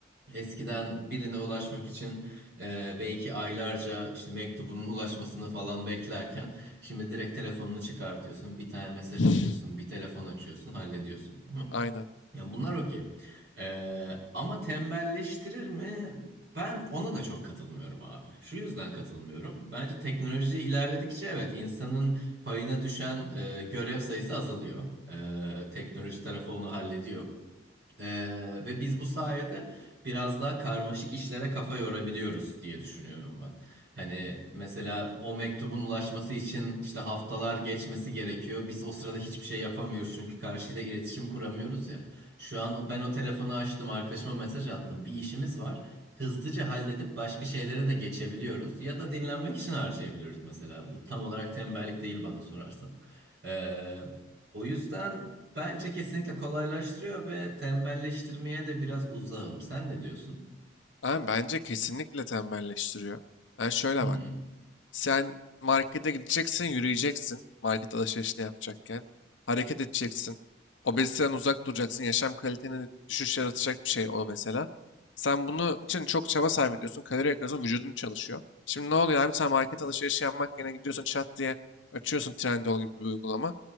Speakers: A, on the right (about 65°); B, on the left (about 80°).
A: Eskiden birine ulaşmak için e, belki aylarca işte mektubunun ulaşmasını falan beklerken şimdi direkt telefonunu çıkartıyorsun, bir tane mesaj
B: <laughs>
A: atıyorsun, bir telefon açıyorsun, hallediyorsun.
B: Aynen.
A: Ya bunlar okey. Ee, ama tembelleştirir mi? Ben ona da çok katılmıyorum abi. Şu yüzden katılmıyorum. Bence teknoloji ilerledikçe evet insanın payına düşen e, görev sayısı azalıyor. Ee, teknoloji tarafı onu hallediyor. Ee, ve biz bu sayede biraz daha karmaşık işlere kafa yorabiliyoruz diye düşünüyorum ben. Hani mesela o mektubun ulaşması için işte haftalar geçmesi gerekiyor. Biz o sırada hiçbir şey yapamıyoruz çünkü karşıyla iletişim kuramıyoruz ya. Şu an ben o telefonu açtım, arkadaşıma mesaj attım. Bir işimiz var. Hızlıca halledip başka şeylere de geçebiliyoruz. Ya da dinlenmek için harcayabiliyoruz mesela. Bu tam olarak tembellik değil bana sorarsan. Ee, o yüzden. Bence kesinlikle kolaylaştırıyor ve tembelleştirmeye de biraz uzağım. Sen ne diyorsun?
B: Abi bence kesinlikle tembelleştiriyor. Yani şöyle
A: Hmm.
B: bak. Sen markete gideceksin, yürüyeceksin. Market alışverişini yapacakken. Hareket edeceksin. Obeziteden uzak duracaksın. Yaşam kaliteni düşüş yaratacak bir şey o mesela. Sen bunu için çok çaba sarf ediyorsun. Kalori yakıyorsun. Vücudun çalışıyor. Şimdi ne oluyor abi? Sen market alışverişi yapmak yerine gidiyorsun çat diye açıyorsun Trendyol gibi bir uygulama.